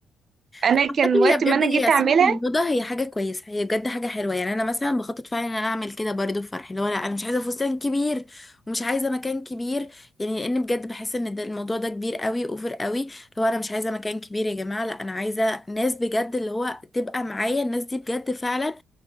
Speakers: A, on the right; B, on the left.
A: انا
B: بس
A: كان
B: عامة
A: وقت
B: هي بجد
A: ما انا
B: هي
A: جيت اعملها
B: سنة من الموضة هي حاجة كويسة هي بجد حاجة حلوة يعني انا مثلا بخطط فعلا ان انا اعمل كده برضه في فرحي اللي هو لا انا مش عايزة فستان كبير ومش عايزة مكان كبير يعني لان بجد بحس ان ده الموضوع ده كبير قوي اوفر قوي اللي هو انا مش عايزة مكان كبير يا جماعة لا انا عايزة ناس بجد اللي هو تبقى معايا الناس دي بجد فعلا